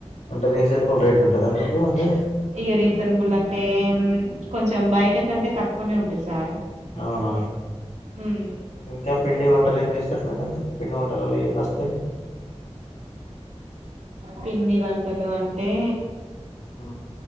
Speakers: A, on the left; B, on the right.
A: అంటే రీజనబుల్ రేట్ ఉంటుందా మీకు అంటే
B: ఇగ రీజనబుల్ అంటే కొంచెం బయట కంటే తక్కువనే ఉంటాయి సార్
A: అవునా
B: ఉమ్,
A: ఇంకా పిండి వంటలు ఏం చేస్తరు మేడం పిండి వంటలల్ల ఏం నస్తయి
B: పిండి వంటలు అంటే
A: ఉ